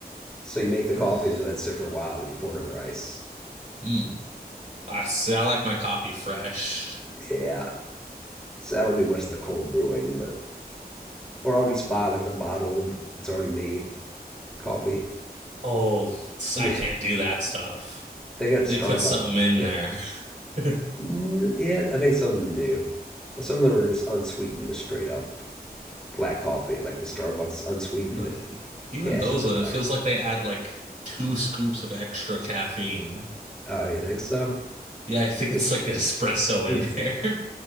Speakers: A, in the centre; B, on the right (about 50°).
A: So you make
B: <laughs>
A: the coffee and then let it sit for a while, and then you pour it over ice.
B: Mm. I see. I like my coffee fresh.
A: Yeah, so I don't do much of the cold brewing, but or I'll just buy like the bottled, it's already made coffee.
B: Oh,
A: Yeah,
B: I can't do that stuff.
A: they got it at Starbucks.
B: They put something in
A: Yeah,
B: there. <laughs>
A: N- yeah, I think some of them do, but some of them are just unsweetened, just straight up black coffee, like the Starbucks unsweetened.
B: No, e- even
A: Yeah, it's
B: those
A: just
B: one,
A: a black.
B: it feels like they add like two scoops of extra caffeine.
A: Oh, you think so?
B: Yeah, I think it's
A: Just
B: like an espresso
A: yeah.
B: in there.